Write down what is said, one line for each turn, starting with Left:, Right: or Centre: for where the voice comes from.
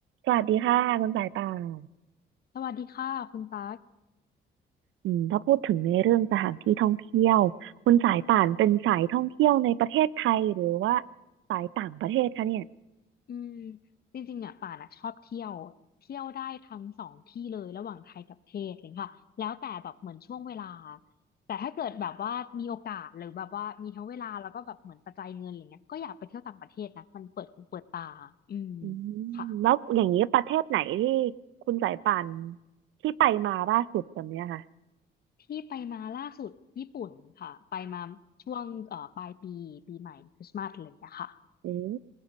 Right: สวัสดีค่ะคุณสายป่าน
Left: สวัสดีค่ะคุณตั๊ก
Right: อืมถ้าพูดถึงในเรื่องสถานที่ท่องเที่ยวคุณสายป่านเป็นสายท่องเที่ยวในประเทศไทยหรือว่าสายต่างประเทศคะเนี่ย
Left: อืมจริงๆเนี่ยป่านอะชอบเที่ยวเที่ยวได้ทั้งสองที่เลยระหว่างไทยกับเทศเลยค่ะแล้วแต่แบบเหมือนช่วงเวลาแต่ถ้าเกิดแบบว่ามีโอกาสหรือแบบว่ามีทั้งเวลาแล้วก็แบบเหมือนปัจจัยเงินอะไรเงี้ยก็อยากไปเที่ยวต่างประเทศนะมันเปิดหูเปิดตาอืม
Right: อืม
Left: ค่ะ
Right: แล้วอย่างนี้ประเทศไหนที่คุณสายป่านที่ไปมาล่าสุดแบบเนี้ยค่ะ
Left: ที่ไปมาล่าสุดญี่ปุ่นค่ะไปมาช่วงเอ่อปลายปีปีใหม่คริสต์มาสอะไรอย่างเงี้ยค่ะ
Right: โอ้